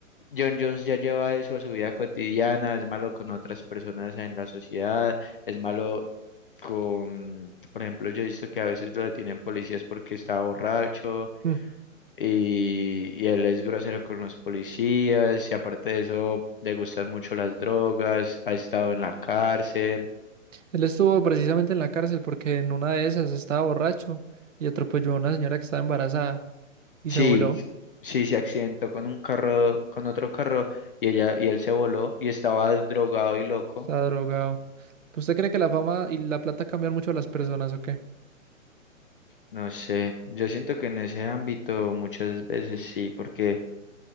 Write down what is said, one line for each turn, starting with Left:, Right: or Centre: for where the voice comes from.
Left: John Jones ya lleva eso a su vida cotidiana, es malo con otras personas en la sociedad, es malo con, por ejemplo, yo he visto que a veces lo detienen policías porque está borracho
Right: Mm.
Left: y, y él es grosero con los policías y aparte de eso le gustan mucho las drogas, ha estado en la cárcel.
Right: Él estuvo precisamente en la cárcel porque en una de esas estaba borracho y atropelló a una señora que estaba embarazada y
Left: Sí,
Right: se voló,
Left: sí, se accidentó con un carro, con otro carro y ella y él se voló y estaba drogado y loco.
Right: estaba drogado. ¿Usted cree que la fama y la plata cambian mucho a las personas o qué?
Left: No sé, yo siento que en ese ámbito muchas veces sí, porque